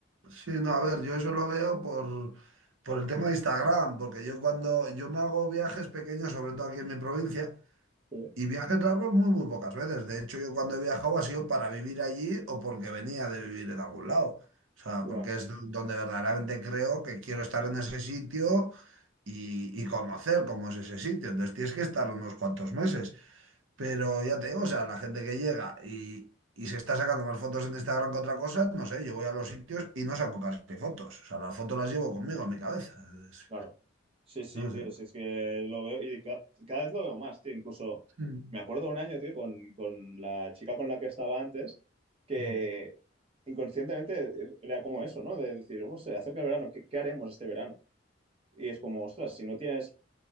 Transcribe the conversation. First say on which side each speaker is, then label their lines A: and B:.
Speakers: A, on the right; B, on the right.
A: Sí, no, a ver, yo eso lo veo por, por el tema de Instagram, porque yo cuando yo me hago viajes pequeños, sobre todo aquí en mi provincia,
B: Sí,
A: Y viajes largos muy, muy pocas veces. De hecho, yo cuando he viajado ha sido para vivir allí o porque venía de vivir en algún lado. O sea,
B: ya.
A: porque es do- donde verdaderamente creo que quiero estar en ese sitio y, y conocer cómo es ese sitio. Entonces tienes que estar unos cuantos meses. Pero ya te digo, o sea, la gente que llega y, y se está sacando más fotos en Instagram que otra cosa, no sé, yo voy a los sitios y no saco casi fotos. O sea, las fotos las llevo conmigo en mi cabeza. Es-
B: Claro. Sí, sí,
A: No
B: tío,
A: sé.
B: sí, es que lo veo y ca- cada vez lo veo más, tío. Incluso
A: Mm.
B: me acuerdo un año, tío, con, con la chica con la que estaba antes, que
A: Mm.
B: inconscientemente era como eso, ¿no? De decir, "Oh, se acerca el verano, ¿qué, qué haremos este verano? Y es como, ostras, si no tienes